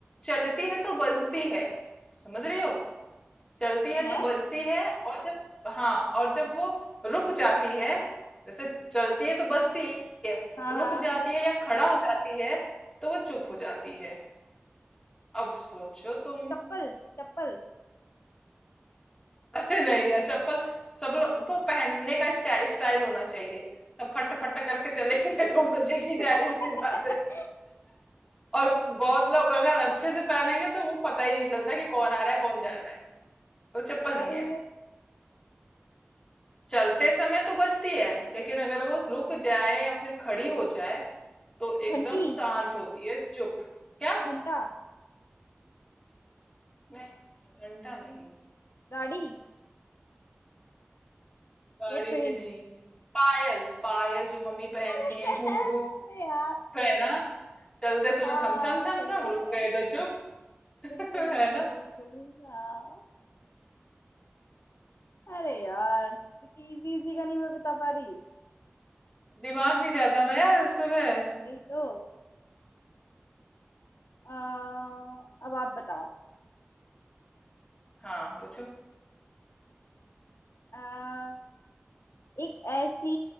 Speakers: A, on the left; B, on the left.
A: चलती है तो बजती है समझ रही हो चलती है
B: है
A: तो बजती है और जब हाँ और जब वो रुक जाती है जैसे चलती है तो बजती है
B: हाँ
A: रुक
B: हाँ
A: जाती है या खड़ा हो जाती है तो वो चुप हो जाती है अब सोचो तुम
B: चप्पल चप्पल
A: <laughs> अरे नहीं यार चप्पल सब लोग वो पहनने का स्टाइल स्टाइल होना चाहिए सब फट फट करके चलेंगे तो बजेगी
B: <laughs>
A: जाहिर सी बात है और बहुत लोग अगर अच्छे से पहनेंगे तो वो पता ही नहीं चलता कि कौन आ रहा है कौन जा रहा है तो चप्पल
B: अरे
A: नहीं है चलते समय तो बचती है लेकिन अगर वो रुक जाए या फिर खड़ी हो जाए तो एकदम
B: घंटी
A: शांत होती है चुप क्या
B: घंटा
A: नहीं घंटा नहीं
B: गाड़ी
A: गाड़ी
B: या ट्रेन
A: भी नहीं पायल पायल जो मम्मी पहनती
B: अरे
A: है घुंघरू
B: यार
A: है ना चलते समय
B: हाँ
A: छम छम छम
B: सही
A: छम
B: बात
A: रुक
B: है
A: गए तो चुप
B: बिल्कुल
A: <laughs> है
B: बिल्कुल
A: ना
B: बिल्कुल हाँ अरे यार इतनी इजी इजी का नहीं मैं बता पा रही
A: दिमाग नहीं जाता ना यार उस समय
B: वही तो आ, अब आप बताओ
A: हाँ पूछो
B: आ, एक ऐसी